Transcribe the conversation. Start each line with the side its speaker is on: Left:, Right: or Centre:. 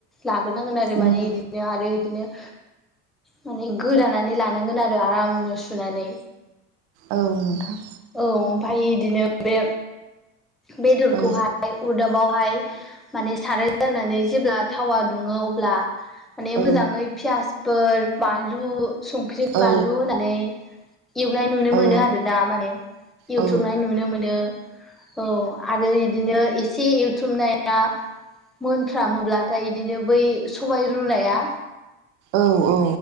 Centre: लागोरनांगोन आरो
Right: उम
Centre: माने इदिनो आरो इदिनो माने गोदानानै लानांगोन आरो आरामनो सुनानै।
Right: औ नोंथां।
Centre: औ ओमफाय बिदिनो बे बेदरखौहाय
Right: औ
Centre: अरदाबावहाय माने साराय जनानै जेब्ला थावा दुङो अब्ला माने
Right: औ
Centre: मोजाङै फियास फोर बानलु संख्रि
Right: औ
Centre: बानलु होनानै एवनाय नुनो मोनो
Right: औ
Centre: आरो दा माने एवथ्रबनाय
Right: औ
Centre: नुनो मोनो। औ आरो इदिनो एसे एवथ्रबनाय दा मोनफ्रामोब्लाथाय इदिनो बै सबाय रुनाया
Right: औ औ।